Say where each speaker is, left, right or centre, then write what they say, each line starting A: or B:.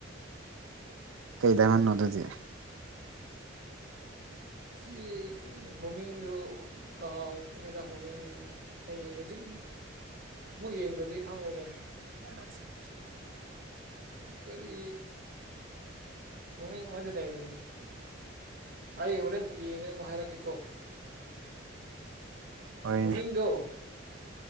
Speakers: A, on the right; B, on the right.
A: ꯀꯩ ꯗꯥꯢꯃꯥꯟ ꯅꯣ ꯑꯗꯨꯗꯤ
B: ꯁꯤ ꯃꯃꯤꯡꯗꯨ ꯀꯥꯎꯈ꯭ꯔꯦꯗ ꯃꯃꯤꯡ ꯑꯩ ꯍꯧꯖꯤꯛ ꯑꯃꯨꯛ ꯌꯦꯡꯗꯗꯤ ꯈꯪꯪꯂꯣꯢꯗ
A: ꯎꯝ <inaudible>
B: ꯀꯔꯤ ꯃꯃꯤꯡ ꯑꯃꯗꯤ ꯂꯩꯕꯅꯤꯅꯦ ꯑꯩ ꯍꯣꯔꯦꯟ ꯌꯦꯡꯉ ꯑꯃꯨꯛ ꯍꯥꯏꯔꯛꯀꯦꯀꯣ
A: ꯍꯣꯏꯅꯦ
B: ꯃꯃꯤꯡꯗꯣ